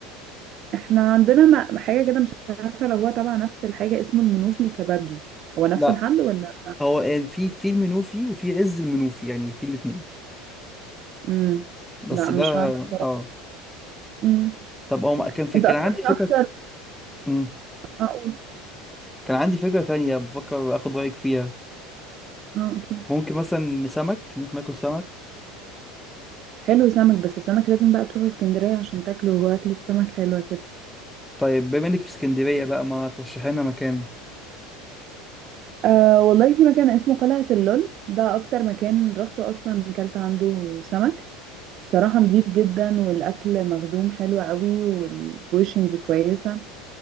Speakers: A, on the right; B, in the centre.
A: احنا عندنا م- حاجة كده مش عارفة لو هو تبع نفس الحاجة اسمه المنوفي الكبابجي هو نفس
B: لا
A: الحد ولا
B: هو قال في في المنوفي وفي عز المنوفي يعني في الاثنين
A: مم.
B: بس
A: لا
B: ده
A: مش عارفة الصراحة
B: اه
A: مم.
B: طب هو كان في
A: انت
B: كان
A: أصلا
B: عندي فكره
A: ايه أكتر
B: مم.
A: أقول
B: كان عندي فكرة تانية بفكر اخد رأيك فيها
A: اه أكيد
B: ممكن مثلا سمك نروح ناكل سمك
A: حلو سمك بس السمك لازم بقى تروحوا اسكندرية عشان تاكلوا هو أكلة سمك حلوة كده
B: طيب بما انك في اسكندرية بقى ما ترشحي لنا مكان
A: أه والله في مكان اسمه قلعة اللول ده أكتر مكان روحته أصلا كلت عنده سمك صراحة نضيف جدا والأكل مخدوم حلو قوي والبوشنز كويسة